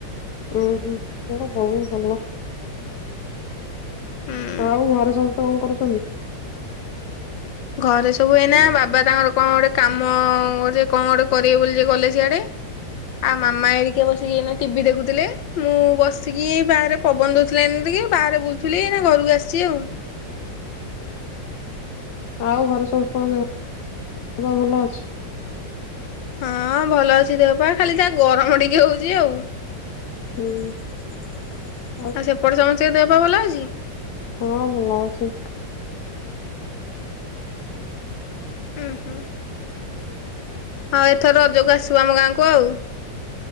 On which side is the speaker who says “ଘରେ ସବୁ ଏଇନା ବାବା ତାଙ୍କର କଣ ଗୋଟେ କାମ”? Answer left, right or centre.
Left